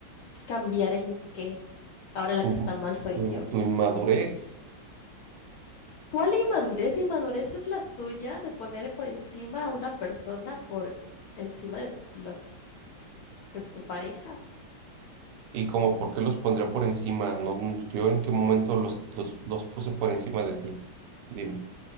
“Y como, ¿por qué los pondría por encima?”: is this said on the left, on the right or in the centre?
Right